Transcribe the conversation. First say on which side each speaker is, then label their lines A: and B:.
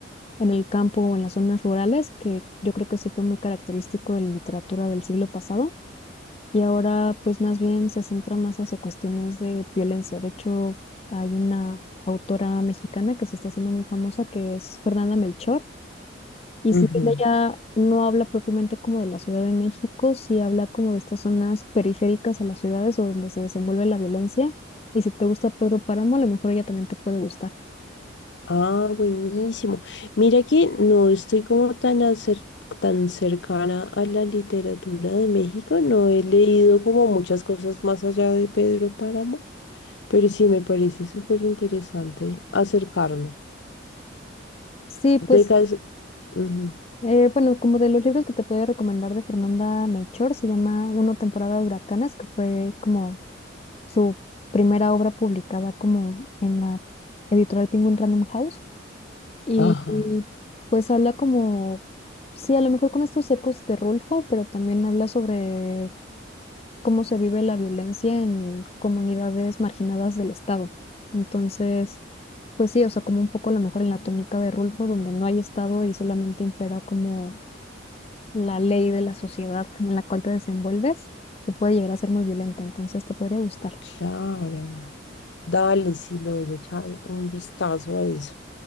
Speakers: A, on the left; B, on the left.
A: en el campo o en las zonas rurales, que yo creo que sí fue muy característico de la literatura del siglo pasado. Y ahora, pues más bien se centra más hacia cuestiones de violencia. De hecho, hay una autora mexicana que se está haciendo muy famosa, que es Fernanda Melchor y
B: Ujú.
A: si bien ella no habla propiamente como de la Ciudad de México, sí habla como de estas zonas periféricas a las ciudades o donde se desenvuelve la violencia. Y si te gusta Pedro Páramo, a lo mejor ella también te puede gustar.
B: Ah, buenísimo. Mira que no estoy como tan, acer- tan cercana a la literatura de México, no he leído como muchas cosas más allá de Pedro Páramo, pero sí me parece súper interesante acercarme.
A: Sí, pues,
B: De cas- Ujú.
A: eh, bueno, como de los libros que te podía recomendar de Fernanda Melchor, se llama Una temporada de huracanes, que fue como su primera obra publicada como en la editorial Penguin Random House. Y,
B: Ajá,
A: y, pues habla como, sí, a lo mejor con estos ecos de Rulfo, pero también habla sobre cómo se vive la violencia en comunidades marginadas del Estado. Entonces, pues sí, o sea, como un poco a lo mejor en la tónica de Rulfo, donde no hay Estado y solamente impera como la ley de la sociedad en la cual te desenvuelves, que puede llegar a ser muy violenta, entonces te podría gustar.
B: claro. Dale, sí, le voy a echar un vistazo a eso.